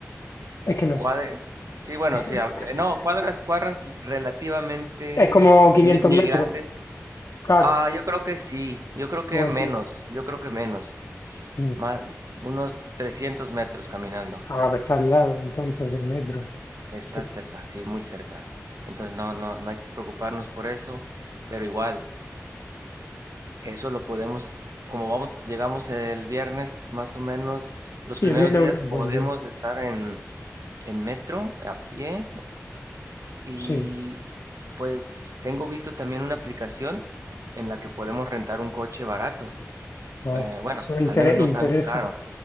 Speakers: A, on the left (about 65°); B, on the right (about 85°).
A: es que no
B: Cuadra...
A: sé,
B: Sí, bueno, sí,
A: <laughs>
B: a- no, cuadras, cuadras relativamente
A: es como 500
B: ni, ni
A: metros,
B: grandes.
A: claro,
B: Ah, yo creo que sí, yo creo que
A: algo así.
B: menos, yo creo que menos.
A: Mm.
B: Más, unos 300 metros caminando.
A: Ah, pues está al lado entonces del metro.
B: Está
A: Sí,
B: cerca, sí, muy cerca. Entonces no, no, no hay que preocuparnos por eso, pero igual, eso lo podemos, como vamos, llegamos el viernes, más o menos, los
A: sí,
B: primeros
A: el viernes,
B: días
A: buen
B: podemos
A: día.
B: estar en, en metro, a pie, y
A: Sí,
B: pues tengo visto también una aplicación en la que podemos rentar un coche barato.
A: Ah,
B: Eh, bueno,
A: eso inter-
B: al menos no
A: interesa.
B: tan caro.